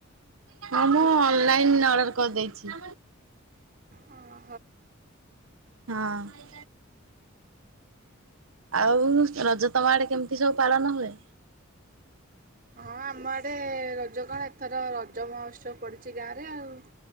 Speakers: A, on the right; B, on the right.
A: ହଁ, ମୁଁ ଅନଲାଇନ୍ ଅର୍ଡ଼ର କରିଦେଇଛି।
B: ଓହୋ।
A: ହଁ। ଆଉ ରଜ ତମ ଆଡେ କେମିତି ସବୁ ପାଳନ ହୁଏ?
B: ହଁ ଆମ ଆଡେ ରଜ କଣ ଏଥର ରଜ ମହୋତ୍ସବ ପଡିଛି ଗାଁ ରେ ଆଉ